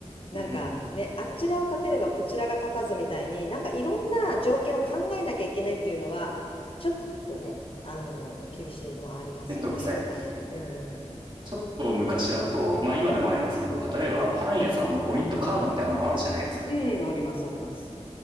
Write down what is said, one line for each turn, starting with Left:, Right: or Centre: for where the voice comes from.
Left: なんかね、
Right: うん。
Left: あちらを立てればこちらが立たずみたいに、なんかいろんな条件を考えなきゃいけないっていうのは、ちょっとね、あの、厳しいのはありますよね、
Right: めんどくさいです。
Left: やっぱり。うん、
Right: ちょっと昔だと、まあ今でもありますけど、例えばパン屋さんのポイントカードみたいなのもあるじゃないですか。
Left: うん、あります、あります。